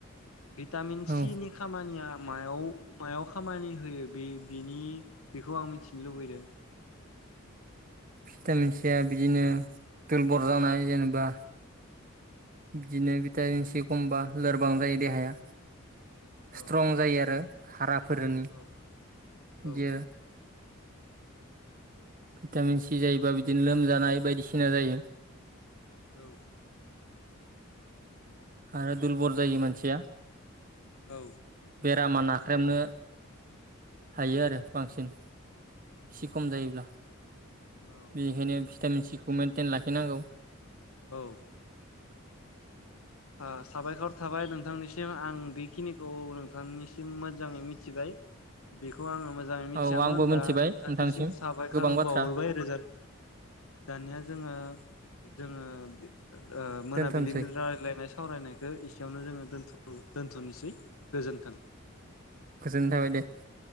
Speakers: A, on the left; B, on the right.
A: भिटामिन
B: औ
A: सिनि खामानिया मायाव मायाव खामानि होयो। बे बिनि बेखौ आं मिथिनो लुबैदों
B: भिटामिन सिया बिदिनो दरबल जानाय जेनेबा बिदिनो भिटामिन सि खमबा लोरबां जायो देहाया
A: औ
B: स्ट्रं जायो आरो। खाराफ। फोरनि
A: औ औ
B: गे भिटामिन सि जायोबा बिदिनो लोमजानाय बायदिसिना जायो।
A: औ।
B: आरो दुरबल जायोमोन। थिया।
A: औ।
B: बेरामा नाख्रेबनो हायो आरो बांसिन एसे खम जायोब्ला
A: औ
B: बेखायनो। भिटामिन सिखौ मेेनटेन लाखिनांगौ
A: औ। ओ साबायखर थाबाय नोंथांनिसिम आं बेखिनिखौ नोंथांनिसिम मोजाङै मिथिबाय। बेखौ आङो मोजाङै मिथियामोन
B: औ आंबो मिथिबाय
A: दा नोंथांनिसिम
B: नोंथांसिम
A: साबायखार
B: गोबां बाथ्रा
A: बावहरबाय रोजा दानिया जोङो। जोङो बे ओ मोनाबिलिनि
B: दोनथ'सै
A: रायलाय। सावरायनायखौ एसेयावनो जोङो दोनथ'नोसै गोजोन्थों।
B: गोजोनाय थाबाय दे।